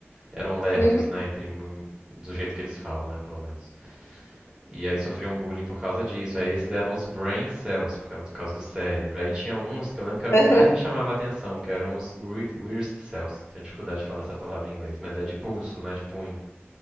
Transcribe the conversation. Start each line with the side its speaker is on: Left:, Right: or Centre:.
Right: Eram lerdos,
Left: Uhum.
Right: né? Entre, mu- do jeito que eles falam, né? Pelo menos. E aí sofriam bullying por causa disso. Aí esses eram os brain cells, por causa, por causa do cérebro. Aí tinha uns que eu lembro que era
Left: <laughs>
Right: o que
Left: Aham.
Right: mais me chamava a atenção, que eram os re- weird cells. Tenho dificuldade de falar essa palavra em inglês, mas é de pulso, né? De punho